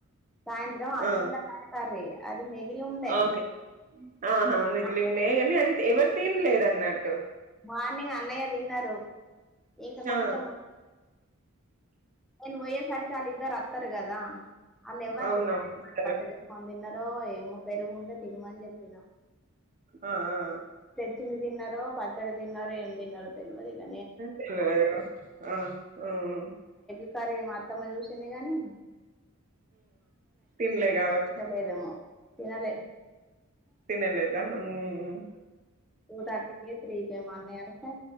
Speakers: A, in the centre; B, on the right.
A: సాయంత్రం అలసందకాయ
B: ఆ
A: కర్రీ అది మెగలి ఉండే
B: ఓకే ఆహా మిగిలి
A: అంటే
B: ఉండే కానీ అది ఎవరు తినలేద అన్నట్టు
A: మార్నింగ్ అన్నయ్య తిన్నారు ఇంకా కొంచెం
B: ఆ
A: నేను పోయేసరికి వాళ్ళిద్దరు వస్తారు కదా వాళ్ళు ఎవరు
B: అవునవును
A: తిన్నలే
B: సరే
A: పచ్చడి ఇస్కానీ ఏమో పెరుగుంటే తినమని చెప్పినాం
B: ఆ ఆ
A: తెచ్చింది తిన్నరూ <inaudible> పచ్చడి తినారో ఏం తిన్నారో తెల్వదు ఇగ
B: తెల్వదు ఆ ఉమ్
A: <inaudible> కర్రీ మా అత్త చూసింది కానీ
B: తన్లేగావచ్చ
A: తింటలేదేమో తినలే
B: తినలేద ఉమ్ ఉమ్
A: టూ థర్టీ కీ త్రీ క మీ అన్నయ్య వస్తే